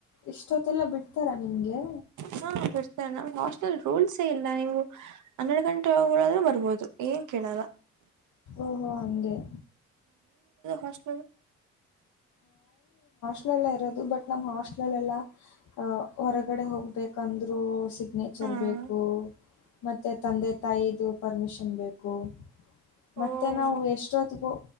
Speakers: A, on the left; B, on the right.
A: ಇಷ್ಟೊತ್ತಲ್ಲ ಬಿಡ್ತಾರಾ ನಿಮ್ಗೆ
B: ಹಾ ಬಿಡ್ತಾರೆ ನಮ್ ಹಾಸ್ಟೆಲ್ ರೂಲ್ಸೇ ಇಲ್ಲ ನೀವು ಹನ್ನೆರಡು ಗಂಟೆ ಉರದ್ರೂ ಬರ್ಬೋದು ಏನ್ ಕೇಳಲ್ಲ
A: ಓಹೋ ಹಾಗೆ
B: ಹೊಸ್
A: ಹಲ್ಲ ಇರೋದು ಬಟ್ ನಮ್ಮ್ ಹಾಸ್ಟಲ್ಲ್ಲ ಅಹ ಹೊರಗಡೆ ಹೋಗ್ಬೇಕು ಂದ್ರು ಸಿ ಸಿಗ್ನೇಚರ್
B: ಹಾ
A: ಬೇಕು ಮತ್ತೆ ತಂದೆ ತಾಯಿದ ಪರ್ಮಿಷನ್ ಬೇಕು ಹ ಮತ್ತೆ
B: ಓ
A: ನಾವವು ಎಷ್ಟೊದ್ಗೂ